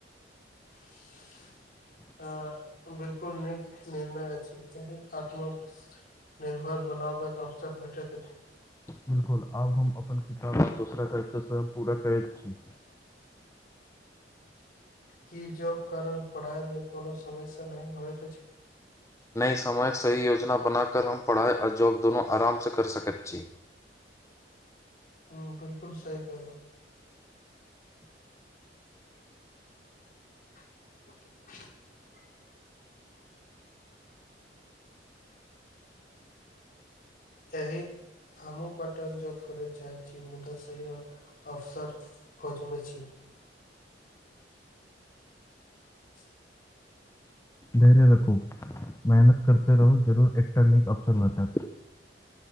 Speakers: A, on the left; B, on the left.
A: <inaudible> अ बिल्कुल नीक निर्णय अ एहि आत्मक निर्भर बनाब के अवसर भेटैत अछि
B: बिलकुल आब हम अपन किताब आ दोसरा कलचरसँ पूरा करैत छी
A: जे जॉब कारण पढ़ाई मे कोनो समस्या नहि होयत अछि
B: नहि समयक सही योजना बनाक हम पढ़ाइ ओर जॉब दुनू आरामसँ कर सकैत छी
A: हँ बिल्कुल सही कहलौं <inaudible> <inaudible> एहिही हमू पट जॉब कर चाहै छी मुदा से अफसर खोजमे छी <inaudible>
B: धैर्य रखू मेहनत करते रहू जरूर एकटा निक अवसर भेटत